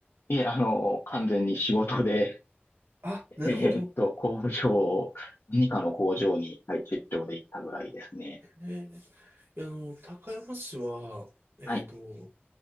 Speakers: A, on the left; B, on the right.
A: いえ、あの、完全に仕事で、
B: あ、
A: <laughs>
B: なるほど。
A: えーっと、工場、何かの工場に、はい、出張で行ったぐらいですね。
B: えー、いやあの、高山市は、えっと、
A: はい。